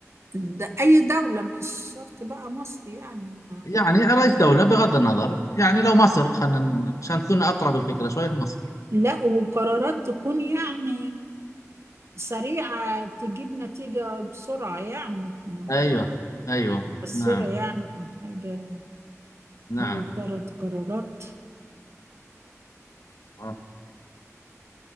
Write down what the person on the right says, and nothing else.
ده أي دولة مش شرط بقى مصر يعني
آه.
لا وقرارات تكون يعني سريعة تجيب نتيجة بسرعة يعني ما
هو
مؤثرة
يعني أو حاجة
أول ثلاث قرارات